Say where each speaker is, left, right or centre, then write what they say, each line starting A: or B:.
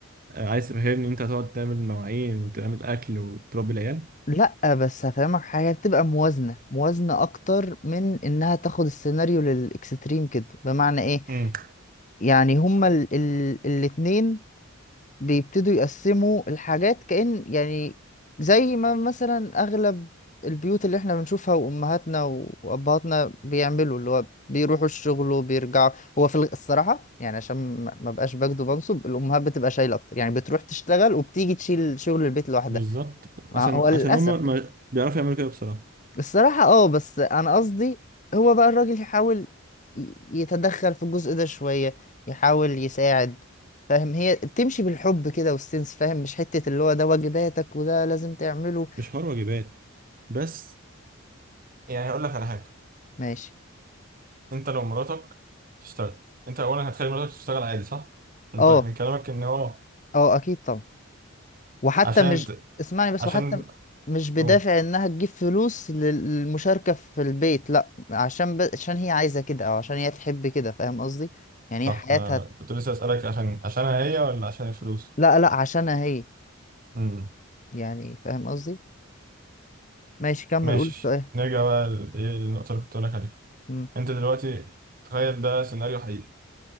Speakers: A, on the right (about 40°); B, on the left (about 35°).
A: آه، عايز تفهمني ان انت هتقعد تعمل مواعين وتعمل اكل وتربي العيال
B: لا بس هفهمك حاجه بتبقى موازنه موازنه اكتر من انها تاخد السيناريو للاكستريم كده بمعنى ايه
A: امم
B: يعني هما ال ال الاتنين بيبتدوا يقسموا الحاجات كأن يعني زي ما مثلا أغلب البيوت اللي احنا بنشوفها وأمهاتنا وأبهاتنا بيعملوا اللي هو بيروحوا الشغل وبيرجعوا هو في الغ- الصراحة يعني عشان ما ما بقاش بجد وبنصب الأمهات بتبقى شايلة أكتر يعني بتروح تشتغل وبتيجي تشيل شغل البيت لوحدها
A: بالظبط
B: ما
A: عشان
B: هو للأسف
A: عشان هم ما بيعرفوا يعملوا كده بصراحة
B: الصراحة اه بس انا قصدي هو بقى الراجل يحاول ي- يتدخل في الجزء ده شوية يحاول يساعد فاهم هي بتمشي بالحب كده والسنس فاهم مش حتة اللي هو ده واجباتك وده لازم تعمله
A: مش حوار واجبات بس يعني هقول لك على حاجه
B: ماشي
A: انت لو مراتك تشتغل انت اولا هتخلي مراتك تشتغل عادي صح من
B: اه
A: طريق من كلامك ان هو
B: اه اكيد طبعا وحتى
A: عشان
B: مش
A: ت...
B: اسمعني بس
A: عشان
B: وحتى مش بدافع
A: قول
B: انها تجيب فلوس لل- للمشاركة في البيت لا عشان ب... عشان هي عايزة كده او عشان هي تحب كده فاهم قصدي يعني
A: صح
B: هي حياتها
A: أنا كنت لسه اسالك عشان عشانها هي ولا عشان الفلوس
B: لا لا عشانها هي
A: امم
B: يعني فاهم قصدي ماشي كمل
A: ماشي
B: قول السؤال
A: نرجع بقى ل- ايه النقطة اللي كنت بقولك عليها
B: مم.
A: انت دلوقتي تخيل ده سيناريو حقيقي